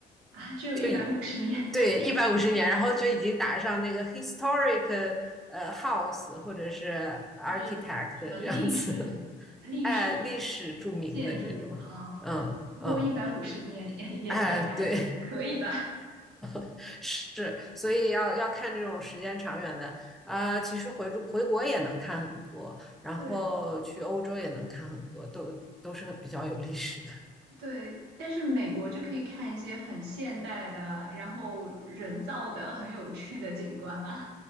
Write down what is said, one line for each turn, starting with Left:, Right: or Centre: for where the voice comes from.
Right: 啊，只有一百五十年，
Centre: 就对，一百五十年，然后就已经打上那个 historic 呃 house 或者是 architect
Right: 就是什么历史历史
Centre: 这样子，<laughs> 哎，历史著名的这种，
Right: 建筑啊，
Centre: 嗯嗯，
Right: 不过一百五十年也也也还可以吧。
Centre: 哎，对，
Right: <laughs>
Centre: <laughs> 是，所以要要看这种时间长远的啊、其实回中回国也能看很多，然后去欧洲也能看很多，
Right: 对
Centre: 都都是比较有历史的，
Right: 对，但是美国就可以看一些很现代的，
Centre: 嗯。
Right: 然后人造的很有趣的景观啊。